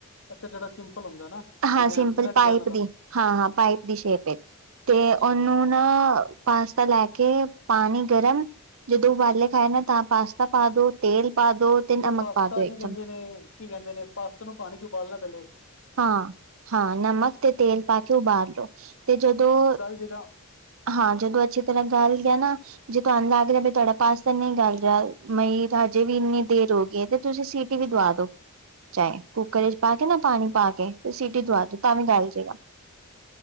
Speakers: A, on the left; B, on the right.
A: ਅੱਛਾ ਜੇਹੜੀ ਸਿੰਪਲ ਹੁੰਦਾ ਨਾ।
B: ਹਾਂ
A: ਡਿਜ਼ਾਇਨ
B: ਸਿੰਪਲ
A: ਬਿਨਾਂ ਡਿਜ਼ਾਇਨ
B: ਪਾਈਪ
A: ਵਾਲਾ
B: ਦੀ, ਹਾਂ-ਹਾਂ ਪਾਈਪ ਦੀ ਸ਼ੇਪ ਵਿਚ ਤੇ
A: ਅੱਛਾ।
B: ਓਹਨੂੰ ਨੌ, ਪਾਸਤਾ ਲੈਕੇ, ਪਾਣੀ ਗਰਮ ਜਦੋਂ ਉਬਾਲੇ ਖਾਏ ਨਾ ਤਾਂ ਪਾਸਤਾ ਪਾ ਦੋ, ਤੇਲ ਪਾ ਦੋ ਨਮਕ
A: ਤੇ ਪਾਸਤਾ
B: ਪਾ ਦੋ ਇੱਕ
A: ਕੀ ਕਹਿੰਦੇ
B: ਚਮਚ
A: ਨੇ, ਕੀ ਕਹਿੰਦੇ ਨੇ ਪਾਸਤੇ ਨੂੰ ਪਾਣੀ ਚ ਉਬਾਲਣਾ ਪੈਲੇ।
B: ਹਾਂ, ਹਾਂ ਨਮਕ ਤੇ ਤੇਲ ਪਾ ਕੇ ਉਬਾਲ ਲਓ ਤੇ ਜਦੋਂ
A: ਜੀਗਾ।
B: ਹਾਂ ਜਦੋਂ ਅੱਛੀ ਤਰ੍ਹਾਂ ਗਲ ਗਿਆ ਨਾ ਜੇ ਤੁਹਾਨੂੰ ਲੱਗ ਰਿਹਾ, ਵੀ ਤੁਹਾਡਾ ਪਾਸ ਨਈਂ ਗਾ ਆਏ ਰਿਹਾ, ਮਈ ਤੁ ਹਜੇ ਵੀ ਇੰਨੀ ਦੇਰ ਹੋ ਗਈ ਤੇ ਤੁਸੀਂ ਸੀਟ ਸੀਟੀ ਵੀ ਦਿਵਾ ਦਿਓ, ਚਾਏ ਕੁੱਕਰ ਵਿੱਚ ਪਾ ਕੇ ਨਾ ਪਾਣੀ ਪਾ ਕੇ, ਸੀਟੀ ਦਿਵਾ ਦਿਓ ਤਾਂ ਵੀ ਗਲ ਜਾਏਗਾ।